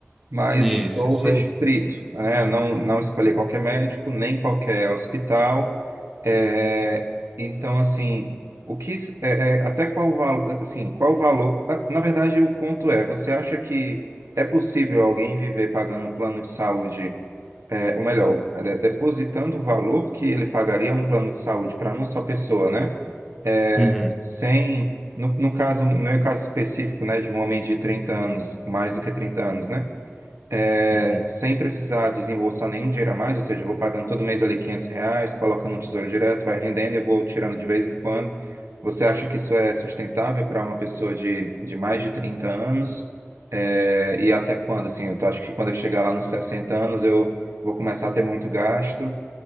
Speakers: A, on the right (about 75°); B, in the centre.
A: Mas
B: isso,
A: estou
B: isso
A: restrito,
B: aí.
A: né? Não, não escolhi qualquer médico, nem qualquer hospital. É, então, assim, o que é, é, até qual valor, assim, qual o valor? ah, Na verdade, o ponto é, você acha que é possível alguém viver pagando um plano de saúde, é, ou melhor, é, depositando o valor que ele pagaria a um plano de saúde para uma só pessoa, né? É,
B: Uhum,
A: sem, no, no caso, no meu caso específico, né, de um homem de 30 anos, mais do que 30 anos, né? é,
B: uhum.
A: sem precisar desembolsar nenhum dinheiro a mais, ou seja, eu vou pagando todo mês ali 500 reais, colocando no Tesouro Direto, vai rendendo, e eu vou tirando de vez em quando. Você acha que isso é sustentável para uma pessoa de, de mais de 30 anos? É, e até quando? Assim, eu tô- acho que quando eu chegar lá nos 60 anos, eu vou começar a ter muito gasto,